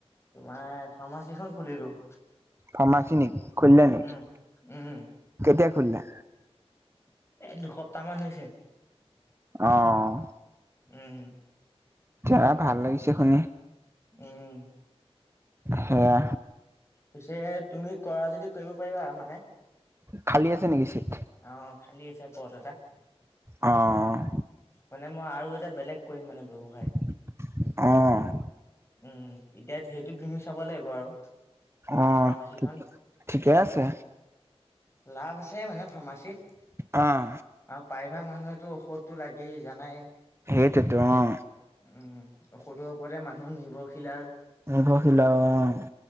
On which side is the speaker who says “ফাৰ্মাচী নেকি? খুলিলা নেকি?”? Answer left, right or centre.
Right